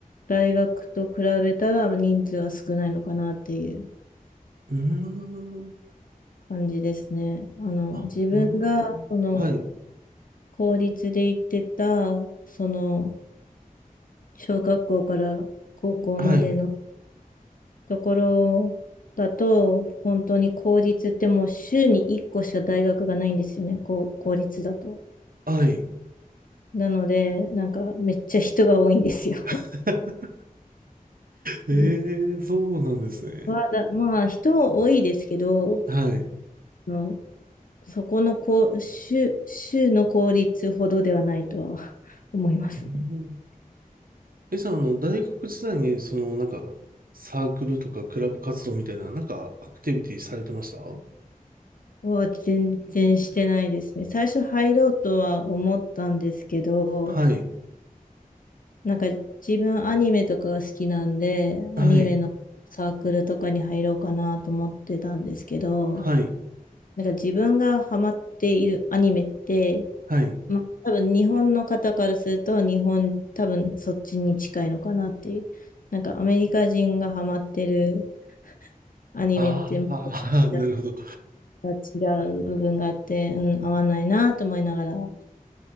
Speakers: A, on the left (about 65°); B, on the right (about 75°).
A: 大学と比べたら人数は少ないのかなっていう
B: うーん。
A: 感じですね。あの、
B: あ、
A: 自分が、
B: なるほど。
A: その、
B: はい。
A: 公立で行ってた、その、小学校から高校までの
B: はい。
A: ところだと、本当に公立ってもう週に1個しか大学がないんですよね、こう公立だと。
B: はい。
A: なので、なんかめっちゃ人が多いんですよ。
B: <laughs> ええそうなんですね。
A: <laughs> まあ、だまあ、人も多いですけど、
B: はい。
A: うん、そこのこう州、州の公立ほどではないとは <laughs> 思いますね。
B: うんえ、じゃあ、あの、大学時代に、その、なんか、サークルとかクラブ活動みたいな、なんか、アクティビティされてました
A: は全然してないですね。最初入ろうとは思ったんですけど、
B: はい。
A: なんか自分アニメとかが好きなんで、
B: はい。
A: アニメのサークルとかに入ろうかなと思ってたんですけど、
B: はい。
A: なんか自分がハマっているアニメって、
B: はい。
A: まあ多分日本の方からすると日本多分そっちに近いのかなっていう。なんかアメリカ人がハマってるアニメってまたちょ
B: ああ、<laughs> なるほど。
A: っと違う部分があって、うん、合わないなと思いながら終